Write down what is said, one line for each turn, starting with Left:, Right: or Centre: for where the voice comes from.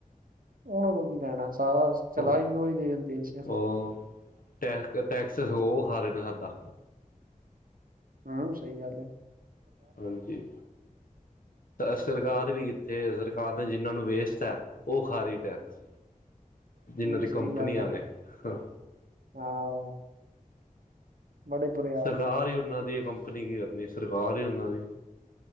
Right: ਓਨਾਂ ਕੋਲ ਕੀ ਲੈਣਾ, ਸਾਰਾ ਚਲਾ
Left: ਉਹ
Right: ਹੀ ਉਈ ਰਹੇ ਦੇਸ਼।
Left: ਉਹ ਟੈਕ ਟੈਕਸ ਉਹ ਖਾ ਰਹੇ ਨੇ ਸਾਡਾ।
Right: ਹੂੰ ਸਹੀ ਗੱਲ ਐ।
Left: ਹਾਂਜੀ।
Right: <inaudible>
Left: ਸਰਕਾਰ ਵੀ ਇੱਥੇ, ਸਰਕਾਰ ਨੇ ਜਿਨਾਂ ਨੂੰ ਵੇਸਤ ਐ, ਓ ਖਾ ਰੀ ਟੈਕਸ ਜਿਨ੍ਹਾਂ
Right: ਹੂੰ,
Left: ਦੀ
Right: ਸਹੀ
Left: ਕੰਪਨੀਆਂ
Right: ਗੱਲ ਐ,
Left: ਨੇ ਹਾਂ।
Right: ਹਾਂ। ਬੜੇ ਬੁਰੇ ਹਾਲ
Left: ਸਰਕਾਰ
Right: ਨੇ ਜੀ
Left: ਹੀ ਉਹਨਾਂ ਦੀ ਐ, ਕੰਪਨੀ ਕੀ ਆਪਣੀ, ਸਰਕਾਰ ਹੀ ਓਨਾਂ ਦੀ